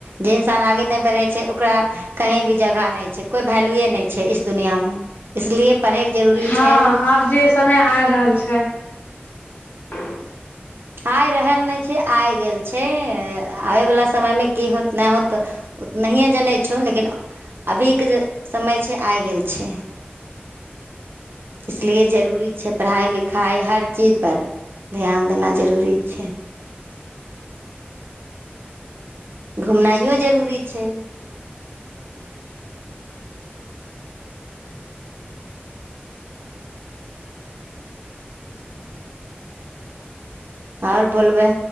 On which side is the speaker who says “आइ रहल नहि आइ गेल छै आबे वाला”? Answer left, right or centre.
Right